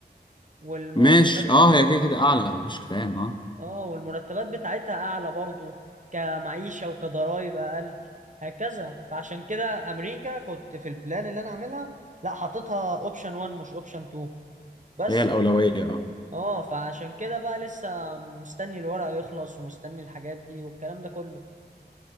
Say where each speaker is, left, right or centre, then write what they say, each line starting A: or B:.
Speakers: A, on the right; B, on the left.
A: والمرتبات
B: ماشي اه
A: اه
B: هي كده كده اعلى مفيش كلام اه
A: آه، والمرتبات بتاعتها اعلى برضه كمعيشه وكضرايب اقل هكذا فعشان كده امريكا كنت في البلان اللي انا عاملها لا حاططها اوبشن 1 مش اوبشن 2 بس
B: هي الاولويه اه
A: اه فعشان كده بقى لسه مستني الورق يخلص ومستني الحاجات دي والكلام ده كله